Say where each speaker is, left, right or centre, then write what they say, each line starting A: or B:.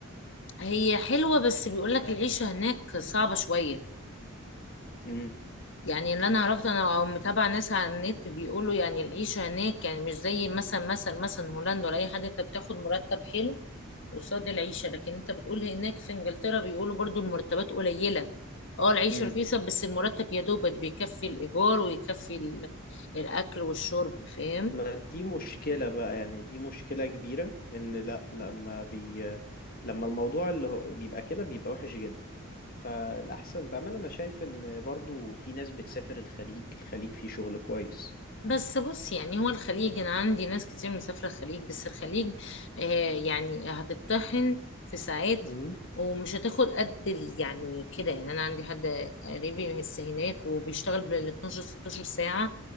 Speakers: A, on the left; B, on the left.
A: هي حلوة بس بيقولك العيشة هناك صعبة شوية
B: امم
A: يعني اللي أنا عرفت أنا أو متابعة ناس على النت بيقولوا يعني العيشة هناك يعني مش زي مثلا مثلا مثلا هولندا ولا أي حد أنت بتاخد مرتب حلو قصاد العيشة لكن أنت بتقول هناك في إنجلترا بيقولوا برضو المرتبات قليلة اه العيشة
B: امم
A: رخيصة بس المرتب يا دوبك بيكفي الإيجار ويكفي ال- الأكل والشرب فاهم
B: ما دي مشكله بقى يعني دي مشكله كبيره ان لا لما بي لما الموضوع اللي هو- بيبقى كده بيبقى وحش جدا فالاحسن بامانه انا شايف ان برضو في ناس بتسافر الخليج الخليج فيه شغل كويس
A: بس بص يعني هو الخليج انا عندي ناس كتير مسافره الخليج بس الخليج آه يعني هتتطحن في ساعات
B: امم
A: ومش هتاخد قد ال- يعني كده يعني انا عندي حد قريبي لسه هناك وبيشتغل بال 12 16 ساعه